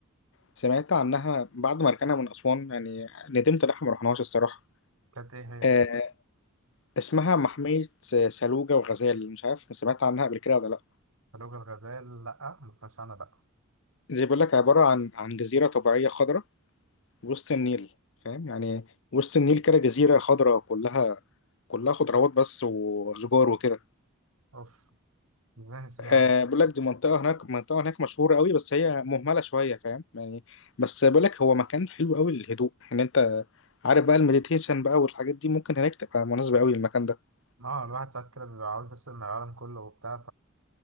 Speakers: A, on the left; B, on the right.
A: سمعت عنها بعد ما رجعنا من اسوان يعني ندمت ان احنا ما رحناهاش الصراحه
B: كانت إيه هي؟
A: آه اسمها محميه سلوجه وغزال مش عارف سمعت عنها قبل كده ولا لا
B: تلوج الغزال لأ ما سمعتش عنها لأ
A: زي بيقول لك عباره عن عن جزيره طبيعيه خضراء وسط النيل فاهم يعني وسط النيل كده جزيره خضراء كلها كلها خضروات بس وشجار وكده
B: أوف إزاي نسيناها
A: آه،
B: دي
A: بقول لك دي منطقة هناك منطقة هناك مشهورة قوي بس هي مهملة شوية فاهم يعني بس بقول لك هو مكان حلو قوي للهدوء ان انت عارف بقى المديتيشن بقى والحاجات دي ممكن هناك تبقى مناسبة قوي للمكان ده
B: ما هو الواحد ساعات كده بيبقى عاوز يفصل من العالم كله وبتاع